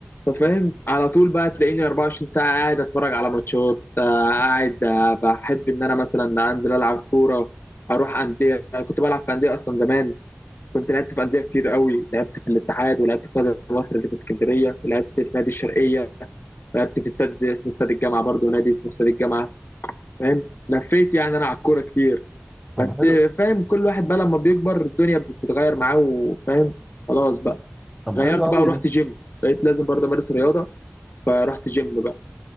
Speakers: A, on the left; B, in the centre.
A: ففاهم على طول بقى تلاقيني 24 ساعه قاعد اتفرج على ماتشات آه قاعد آه بحب ان انا مثلا انزل العب كوره اروح انديه أنا كنت بلعب في انديه اصلا زمان كنت لعبت في انديه كتير قوي لعبت في الاتحاد ولعبت في نادي مصر اللي في اسكندريه ولعبت في نادي الشرقيه لعبت في استاد اسمه استاد الجامعه برضه نادي اسمه استاد الجامعه فاهم لفيت يعني انا على الكوره كتير
B: طب
A: بس
B: حلو
A: فاهم كل واحد بقى لما بيكبر الدنيا بتتغير معاه وفاهم خلاص بقى
B: طب
A: غيرت
B: حلو قوي
A: بقى ورحت جيم بقيت لازم برضه امارس رياضه فرحت جيم بقى